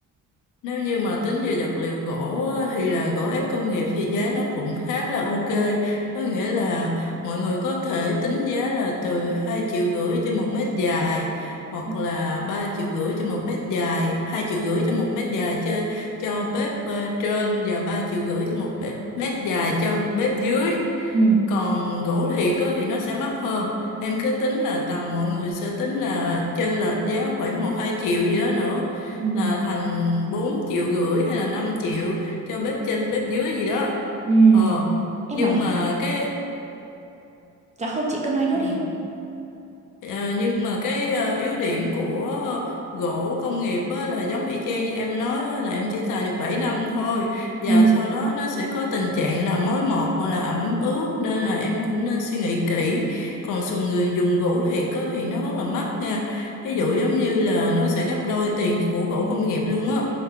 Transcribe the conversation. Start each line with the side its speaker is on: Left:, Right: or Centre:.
Left: Nếu như mà tính về vật liệu gỗ á, thì là gỗ ép công nghiệp thì giá nó cũng khá là ok. Có nghĩa là mọi người có thể tính giá là từ 2 triệu rưỡi trên một mét dài hoặc
Right: Ừ.
Left: là 3 triệu rưỡi trên một mét dài, 2 triệu rưỡi cho một mét dài cho, cho bếp ờ, trên và 3 triệu rưỡi cho một bếp, mét dài cho bếp dưới.
Right: Ừ.
Left: Còn gỗ thiệt á, thì nó sẽ mắc hơn. Em cứ tính là tầm mọi người sẽ tính là trên lệch giá khoảng một hai triệu gì đó nữa
Right: Ừ.
Left: là thành 4 triệu rưỡi hay là 5 triệu cho bếp trên bếp dưới gì đó
Right: Ừ,
Left: ờ
Right: em
Left: nhưng
Right: bảo này,
Left: mà cái
Right: dạ không chị cứ nói nốt
Left: ừ,
Right: đi.
Left: ờ, nhưng mà cái ờ, yếu điểm của gỗ công nghiệp á, là giống y chang như em nói á, là em chỉ xài được 7 năm thôi và
Right: Ừ.
Left: sau đó nó sẽ có tình trạng là mối mọt hoặc là ẩm ướt nên là em cũng nên suy nghĩ kỹ còn dùng người dùng gỗ thiệt á, thì nó rất là mắc nha ví
Right: Dạ.
Left: dụ giống như là nó sẽ gấp đôi tiền của gỗ công nghiệp luôn á